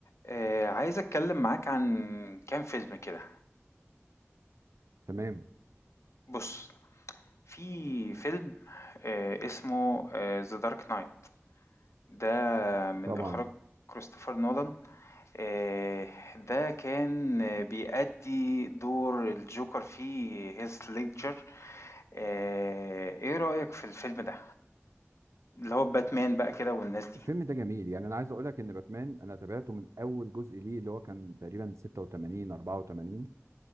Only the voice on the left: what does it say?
آه، عايز اتكلم معاك عن كام فيلم كده
بص في فيلم آه، اسمه ذا دارك نايت ده من
اخراج كريستوفر نولان آه، ده كان آه، بيأدي دور الجوكر في هيث ليدجر آه، ايه رأيك في الفيلم ده اللي هو باتمان بقى كده والناس دي